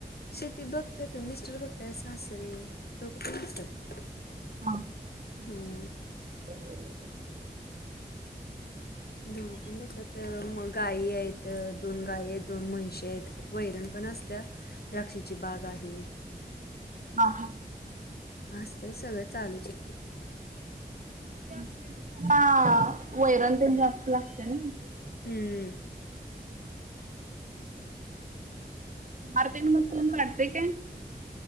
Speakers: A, on the left; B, on the right.
A: शेती बघतात मिस्टर बघतात, सासरे दोघं पण असतात.
B: हा.
A: हम्म.
B: <inaudible>
A: दोघं पण बघतात, मग गाई आहेत. दोन गाय आहेत, दोन म्हयशी आहेत, वैरण पण असत्या. द्राक्षीची बाग आहे.
B: हा हा.
A: असतंय सगळं चालूच आहे.
B: <unintelligible> त्याला वैरण तेन जास्त लागते ना?
A: हम्म.
B: आरती आणि मग कोण काढतेय काय?